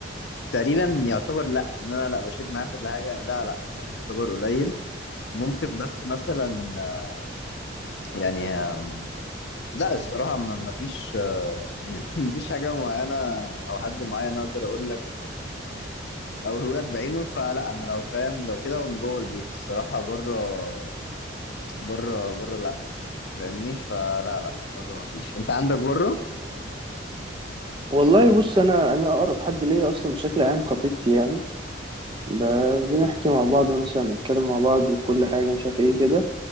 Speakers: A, on the left; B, on the right.
A: تقريبا يعتبر لا ان انا لا بشيل معاه كل حاجه لا لا هو يعتبر قليل ممكن بس مثلا آه، يعني آم، لا الصراحة ما ما فيش آه، <laughs> ما فيش حاجة معينة أو حد معين أقدر أقول لك أقوله لك بعينه فلا أنا لو فاهم لو كده من جوه البيت الصراحة بره بره بره لا فاهمني فلا لا بره ما فيش أنت عندك بره؟
B: والله بص انا انا اقرب حد ليا اصلا بشكل عام خطيبتي يعني ب- بنحكي مع بعض مثلا بنتكلم مع بعض في كل حاجه مش عارف ايه كده